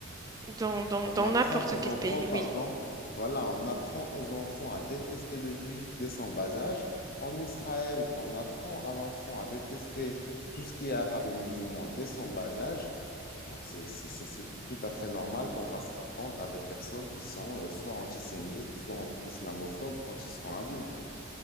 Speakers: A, on the right (about 15°); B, on the left (about 45°).
A: dans, dans,
B: on
A: dans
B: apprend
A: n'importe
B: aux
A: quel
B: enfants,
A: pays,
B: pardon,
A: oui.
B: voilà, on apprend aux enfants à détester le juif dès son bas âge. En Israël, on apprend à l'enfant à détester tout ce qui est arabe et musulman dès son bas âge. Donc, c'est c'est- c'est- c'est tout à fait normal qu'on va s'attendre à des personnes qui sont euh, soit antisémites, soit an- islamophobes quand ils seront adultes.